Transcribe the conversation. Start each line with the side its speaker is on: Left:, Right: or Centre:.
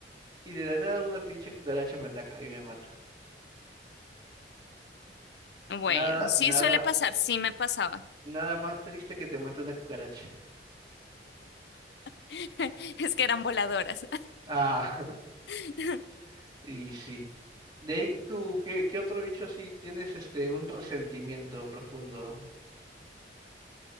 Right: y de la nada una pinche cucaracha me ataca y me mata.
Left: Bueno,
Right: Nada,
Left: sí
Right: nada,
Left: suele pasar, sí me pasaba.
Right: nada más triste que te mate una cucaracha.
Left: <laughs> Es que eran voladoras.
Right: Ah,
Left: <laughs>
Right: <laughs> y sí. De ahí tú, ¿qué, qué otro bicho así tienes este un resentimiento profundo?